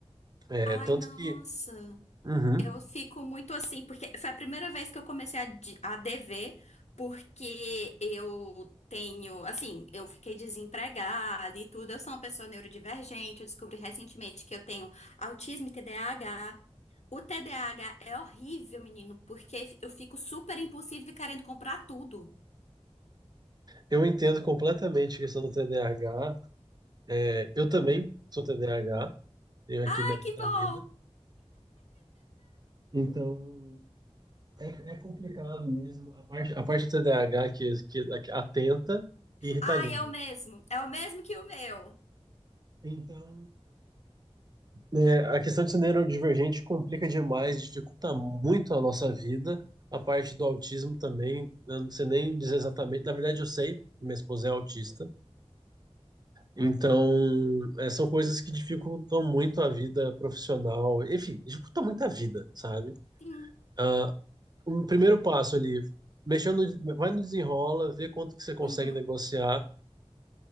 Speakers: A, on the right; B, on the left.
A: É,
B: Ai,
A: tanto
B: nossa.
A: que uhum,
B: Eu fico muito assim, porque foi a primeira vez que eu comecei a, de- a dever, porque eu tenho, assim, eu fiquei desempregada e tudo. Eu sou uma pessoa neurodivergente, eu descobri recentemente que eu tenho autismo e TDAH. O TDAH é horrível, menino, porque eu fico super impulsiva e querendo comprar tudo.
A: eu entendo completamente a questão do TDAH. É, eu também sou TDAH, tenho aqui
B: Ai,
A: minha Ritalina.
B: que bom!
A: Então, é, é complicado mesmo a parte, a parte do TDAH que, que, que atenta e Ritalina.
B: Ai, é o mesmo, é o mesmo que o meu.
A: Então, né, a questão de ser neurodivergente complica demais, dificulta muito a nossa vida. A parte do autismo também, eu não sei nem dizer exatamente. Na verdade, eu sei, minha esposa é autista. Então, é, são coisas que dificultam muito a vida profissional. Enfim, dificulta muito a vida, sabe?
B: Sim.
A: Ah, o primeiro passo ali, mexendo, vai no desenrola, vê quanto que você consegue
B: Uhum.
A: negociar